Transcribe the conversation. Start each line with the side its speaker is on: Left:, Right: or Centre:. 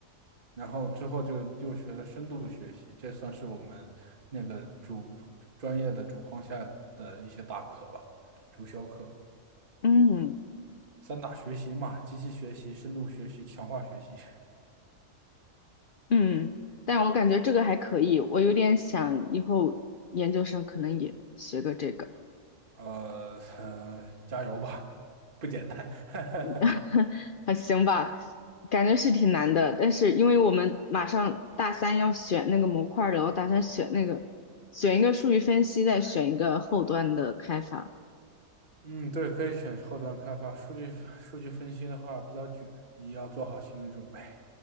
Right: 然后之后就又学了深度学习，这算是我们那个主专业的主框架的一些大课吧，主修课。
Left: 嗯
Right: 三大学习嘛，机器学习、深度学习、强化学习。
Left: 嗯，但我感觉这个还可以，我有点想以后研究生可能也学个这个。
Right: 呃呃，加油吧，不简单。<laughs>
Left: <laughs> 还行吧，感觉是挺难的。但是因为我们马上大三要选那个模块儿了，我打算选那个，选一个数据分析，再选一个后端的开发。
Right: 嗯，对，可以选后端开发。数据数据分析的话比较卷，你要做好心理准备